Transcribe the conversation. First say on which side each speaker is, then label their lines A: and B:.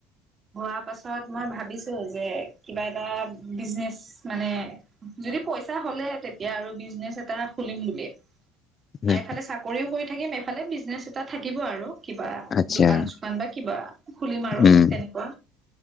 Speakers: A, on the right (about 35°); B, on the left (about 40°).
A: হোৱা। তাৰপাছত মই ভাবিছোঁ যে কিবা এটা বিজনেচ মানে যদি পইচা হ'লে তেতিয়া আৰু বিজনেচ এটা খুলিম বুলি
B: উম,
A: আৰুফালে চাকৰিও কৰি থাকিম এফালে বিজনেচ এটা থাকিব আৰু কিবা
B: আচ্ছা
A: দোকান চোকান বা কিবা খুলিম আৰু
B: উম
A: তেনেকুৱা।